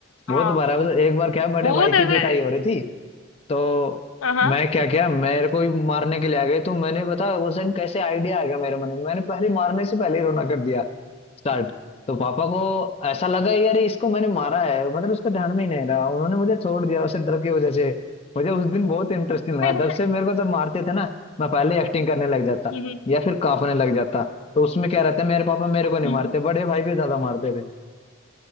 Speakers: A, on the left; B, on the left.
A: बहुत
B: हाँ
A: बार है। मतलब एक बार क्या बड़े
B: बहुत
A: भाई की
B: ऐसे
A: पिटाई हो रही थी तो
B: हाँ हाँ।
A: मैं क्या क्या मेरे को भी मारने के लिए आ गए तो मैंने बता उस दिन कैसे आइडिया आ गया मेरे मन में मैंने पहले मारने से पहले ही रोना कर दिया स्टार्ट तो पापा को ऐसा लगा यार इसको मैंने मारा है मतलब उसका ध्यान में ही नहीं रहा उन्होंने मुझे छोड़ दिया उसे डर की वजह से मुझे उस दिन बहुत इंटरेस्टिंग लगा
B: <laughs>
A: तब से मेरे को जब मारते थे ना मैं पहले एक्टिंग करने लग जाता
B: हम्म
A: या फिर कांपने लग जाता तो उसमें क्या रहता है मेरे पापा मेरे को नहीं
B: हम्म,
A: मारते बड़े भाई भी ज्यादा मारते थे